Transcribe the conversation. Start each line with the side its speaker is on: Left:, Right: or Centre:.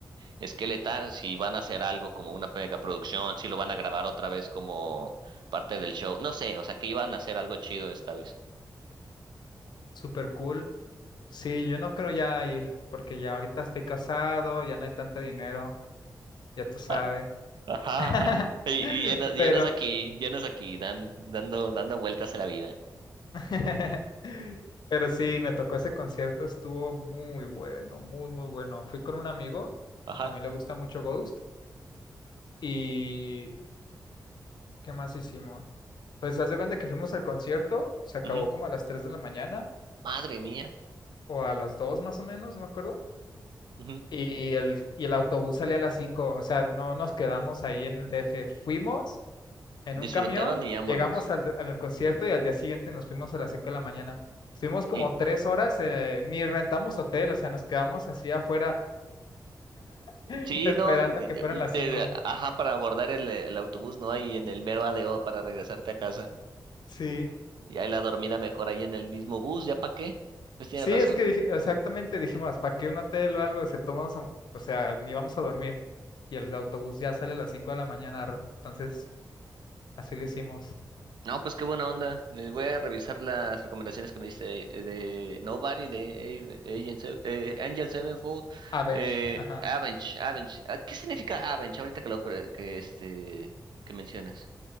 Right: esqueleta, si van a hacer algo como una mega producción, si lo van a grabar otra vez como parte del show, no sé, o sea, que iban a hacer algo chido esta vez.
Left: super cool. Sí, yo no creo ya ir, porque ya ahorita estoy casado, ya no hay tanto dinero. ya tú sabes.
Right: Ah, ajá,
Left: <laughs>
Right: ajá. Y, y llenas, llenas
Left: Pero,
Right: aquí, llenas aquí, dan, dando, dando vueltas a la vida.
Left: <laughs> pero sí, me tocó ese concierto, estuvo muy bueno, muy, muy bueno. Fui con un amigo que
Right: Ajá.
Left: también le gusta mucho Ghost. ¿Y qué más hicimos? Pues haz de cuenta que fuimos al concierto, se acabó
Right: ujú.
Left: como a las 3 de la mañana
Right: Madre mía.
Left: o a las 2 más o menos, no me acuerdo.
Right: ujú.
Left: Y el, y el autobús salía a las cinco o sea, no nos quedamos ahí en el DF, fuimos en
Right: Disfrutaron
Left: un camión,
Right: y vámonos.
Left: llegamos al, al concierto y al día siguiente nos fuimos a las 5 de la mañana. Estuvimos como
Right: Y,
Left: tres horas, eh, ni rentamos hotel, o sea, nos quedamos así afuera <laughs>
Right: sí,
Left: esperando
Right: no, y-
Left: que
Right: y
Left: fueran las
Right: te-
Left: cinco.
Right: ajá, para abordar el, el autobús, ¿no? hay en el mero ADO para regresarte a casa.
Left: Sí,
Right: Y ahí la dormida mejor ahí en el mismo bus, ¿ya para qué? Pues tienes
Left: sí,
Right: razón.
Left: es que dije- exactamente dijimos, ¿para qué un hotel o algo? Si tomamos, un- o sea, ni vamos a dormir. Y el autobús ya sale a las 5 de la mañana, ra- entonces así lo hicimos.
Right: No, pues qué buena onda. Eh, Voy a revisar las recomendaciones que me diste eh, de Nobody, de A- Agent Se- eh, Angel Sevenfold,
Left: Avenged,
Right: eh,
Left: ajá.
Right: Avenge, Avenge. Ah, ¿Qué significa Avenge ahorita que lo pre- que este que mencionas?